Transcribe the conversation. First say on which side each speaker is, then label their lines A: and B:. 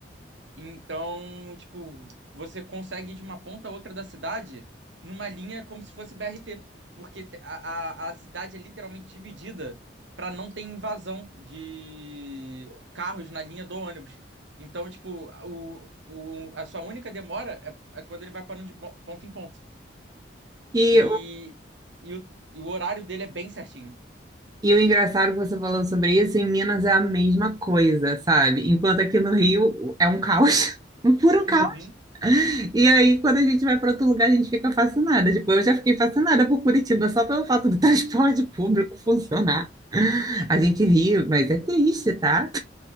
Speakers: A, on the right; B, on the right.
A: Então, tipo, você consegue ir de uma ponta a outra da cidade numa linha como se fosse BRT. Porque te- a, a, a cidade é literalmente dividida para não ter invasão de carros na linha do ônibus. Então, tipo, o, o, a sua única demora é, é quando ele vai parando de bo- ponto em ponto.
B: E,
A: E,
B: o-
A: e, o, e o horário dele é bem certinho.
B: e o engraçado que você falou sobre isso, em Minas é a mesma coisa, sabe? Enquanto aqui no Rio é um caos, <laughs> um puro
A: Uhum.
B: caos. E aí, quando a gente vai para outro lugar, a gente fica fascinada. Tipo, eu já fiquei fascinada por Curitiba só pelo fato do <laughs> transporte público funcionar. A gente ri, mas é triste, tá?